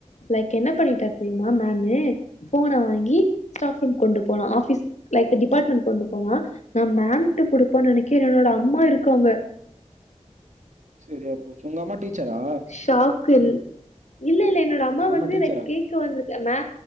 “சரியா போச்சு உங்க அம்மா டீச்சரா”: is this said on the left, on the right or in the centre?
Right